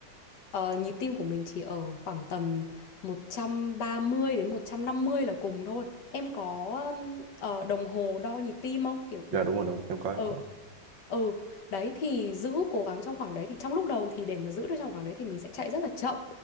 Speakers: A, on the left (about 60°); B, on the right (about 75°).
A: Ờ, nhịp tim của mình chỉ ở khoảng tầm 130 đến 150 là cùng thôi. Em có um, ờ, đồng hồ đo nhịp tim không? Kiểu mấy
B: Dạ đúng
A: cái...
B: rồi, đúng rồi. Em có em
A: Ừ,
B: có.
A: ừ. Đấy thì giữ cố gắng trong khoảng đấy thì trong lúc đầu thì để mà giữ được trong khoảng đấy thì mình sẽ chạy rất là chậm.